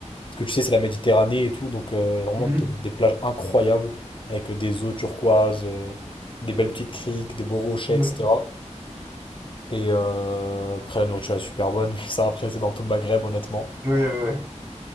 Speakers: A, on the left; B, on the right.
A: parce que tu sais c'est la Méditerranée et tout, donc euh, il y a vraiment
B: Mhm.
A: de- des plages incroyables, avec des eaux turquoises. euh, des belles petites criques, des beaux rochers,
B: Ouais.
A: etc. Et euh, après, la nourriture est super bonne. <laughs> Ça, après, c'est dans tout le Maghreb, honnêtement.
B: Ouais, ouais, ouais.